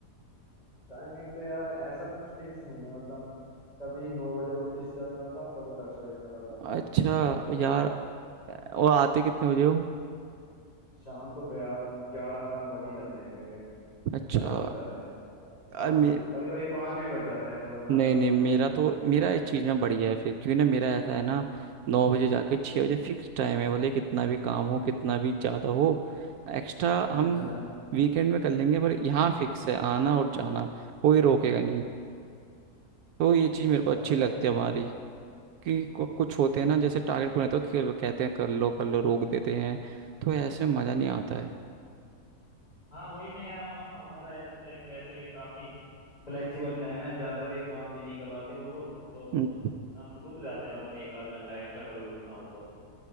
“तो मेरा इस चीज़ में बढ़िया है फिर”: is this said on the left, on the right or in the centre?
Right